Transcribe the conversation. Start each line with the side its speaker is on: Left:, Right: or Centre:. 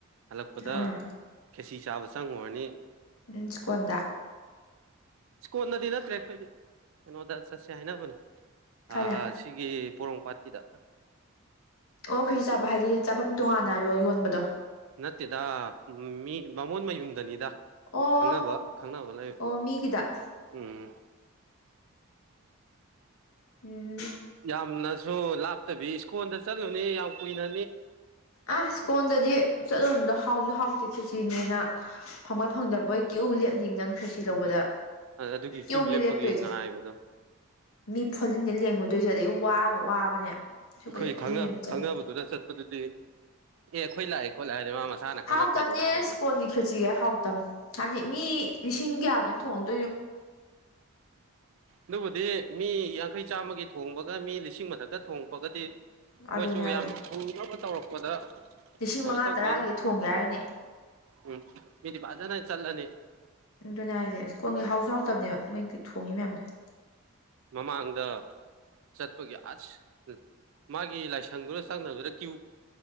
Right: ꯍꯜꯂꯛꯄꯗ
Left: ꯑꯥ
Right: ꯈꯦꯁꯤ ꯆꯥꯕ ꯆꯪꯉꯨꯔꯅꯤ
Left: ꯃꯤꯆꯀꯗꯥ
Right: ꯏꯁ꯭ꯀꯣꯟꯅꯗꯤ ꯅꯠꯇ꯭ꯔꯦ ꯑꯩꯈꯣꯏꯗꯤ ꯀꯩꯅꯣꯗ ꯆꯠꯁꯦ ꯍꯥꯏꯅꯕꯅꯦ
Left: ꯀꯥꯏꯗ
Right: ꯁꯤꯒꯤ ꯄꯣꯔꯣꯝꯄꯥꯠꯈꯤꯗ
Left: ꯑꯣꯈꯩꯁꯨ ꯆꯥꯕ ꯍꯥꯏꯗꯤ ꯆꯥꯐꯝ ꯇꯣꯉꯥꯟꯅ ꯌꯣꯟꯕꯗꯣ
Right: ꯅꯠꯇꯦꯗ ꯃꯤ ꯃꯃꯣꯟ ꯃꯌꯨꯝꯗꯅꯤꯗ
Left: ꯑꯣ
Right: ꯈꯪꯅꯕ ꯈꯪꯅꯕ ꯂꯩ
Left: ꯑꯣ ꯃꯤꯒꯤꯗ
Right: ꯎꯝ
Left: ꯎꯝ
Right: ꯌꯥꯝꯅꯁꯨ ꯂꯥꯞꯇꯕꯤ ꯁ꯭ꯀꯨꯜꯗ ꯆꯠꯂꯨꯅꯦ ꯌꯥꯝ ꯀꯨꯏꯅ
Left: ꯑ ꯁ꯭ꯀꯣꯟꯗꯗꯤ ꯆꯠꯂꯣꯗꯣ ꯍꯥꯎꯁꯨ ꯍꯥꯎ ꯆ ꯁꯤꯅꯦꯅ ꯐꯪꯉꯣꯏ ꯐꯪꯗꯕꯣꯏ ꯀ꯭ꯌꯨ ꯂꯦ ꯃꯤ ꯅꯪ ꯈꯁꯤ
Right: ꯑꯗꯨ
Left: ꯂꯧꯕꯗ
Right: ꯑꯗꯨꯒꯤ ꯀ꯭ꯌꯨ
Left: ꯌꯦꯣꯡꯉꯦ
Right: ꯂꯦꯞꯄꯒꯤ
Left: ꯂꯦꯞꯇꯣꯏꯁꯦ
Right: ꯉꯥꯏꯕꯗꯣ
Left: ꯃꯤ ꯐꯣꯂꯤꯟꯗ ꯂꯦꯡꯉꯨꯗꯣꯏꯁꯦ ꯑꯗꯩ ꯑꯩ ꯋꯥꯒ ꯋꯥꯕꯅꯦ ꯁꯨꯕꯗꯤ
Right: ꯑꯩꯈꯣꯏ
Left: ꯃꯤ ꯑꯃ ꯆꯠꯂꯦ
Right: ꯈꯪꯅꯕꯗꯨꯗ ꯆꯠꯄꯗꯨꯗꯤ ꯑꯦ ꯑꯩꯈꯣꯏ ꯂꯥꯛꯑꯦ ꯈꯣꯠ ꯂꯥꯛꯦꯗꯤ ꯃꯥ ꯃꯁꯥꯅ ꯈꯪꯅ
Left: ꯍꯥꯎꯇꯝꯅꯦ
Right: ꯈꯥꯏꯗꯣꯛꯑ ꯊꯝꯃꯝꯃꯅꯤ
Left: ꯀꯣꯟꯒꯤ ꯈꯆꯒ ꯍꯥꯎꯇꯝ ꯍꯥꯏꯕꯗꯤ ꯃꯤ ꯂꯤꯁꯤꯡ ꯀꯌꯥꯗꯅ ꯊꯣꯡꯉ
Right: ꯅꯪꯕꯨꯗꯤ ꯃꯤ ꯌꯥꯡꯈꯩ ꯆꯥꯝꯃꯒꯤ ꯊꯣꯡꯕꯒ ꯃꯤ ꯂꯤꯁꯤꯡ ꯃꯊꯛꯇ ꯊꯣꯡꯉꯄꯒꯗꯤ
Left: ꯑꯗꯨꯅꯦ
Right: ꯃꯣꯏꯁꯨ
Left: ꯍꯥꯏꯁꯦ
Right: ꯌꯥꯝ ꯊꯨꯅꯕ ꯇꯧꯔꯛꯄꯗ
Left: ꯂꯤꯁꯤꯡ
Right: ꯀꯩꯅꯣ
Left: ꯃꯉꯥ
Right: ꯇꯧꯗꯦꯅꯤ
Left: ꯇꯔꯥꯒꯤ ꯊꯣꯡꯒꯦ ꯍꯥꯏꯔꯒꯅꯦ
Right: ꯎꯝ ꯃꯤꯗꯤ ꯐꯖꯅ ꯆꯜꯂꯅꯤ
Left: ꯑꯗꯨꯅꯦ ꯍꯥꯏꯁꯦ ꯁ꯭ꯀꯣꯟꯒꯤ ꯍꯥꯎꯁꯨ ꯍꯥꯎꯇꯕꯅꯦꯕ ꯃꯣꯏꯒꯤ ꯊꯣꯡꯉꯤ ꯃꯌꯥꯝꯁꯦ
Right: ꯃꯃꯥꯡꯗ ꯆꯠꯄꯒꯤ ꯑꯁ ꯎ ꯃꯥꯒꯤ ꯂꯥꯏꯁꯪꯗꯨꯗ ꯆꯪꯅꯕꯗ ꯀ꯭ꯌꯨ